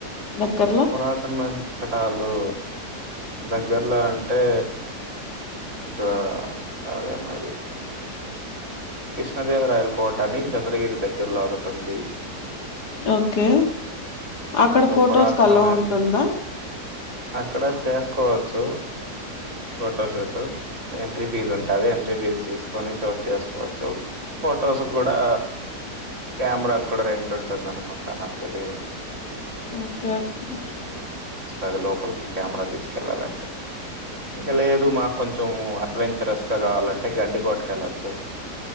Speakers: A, on the left; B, on the right.
A: దగ్గర్లో
B: పురాతనమైనాకట్టడాలు దగ్గర్లో అంటే ఇంకా అదే మరి. కృష్ణదేవరాయల కోట అని చంద్రగిరి దగ్గరలో ఒకటి ఉంది.
A: ఓకే అక్కడ
B: ఇంకా
A: ఫొటోస్కు
B: పురాతనమైన
A: అలో ఉంటుందా.
B: అక్కడ చేసుకోవచ్చు. ఫోటోషూట్ ఎంట్రీ ఫీజు ఉంటాది ఎంట్రీ ఫీజ్ తీసుకొని షూట్ చేసుకోవచ్చు. ఫొటోస్ కూడా కెమెరా కూడా రెంట్ ఉంటుంది అనుకుంటా నాకు తెలీదు.
A: ఓకే ఓకే
B: అది లోపలికి కెమెరా తీసుకెళ్ళాలంటే. ఇంకా లేదు మాకు కొంచెం అడ్వెంచరస్గా కావాలంటే గండి కోటకు ఎళ్ళొచ్చు.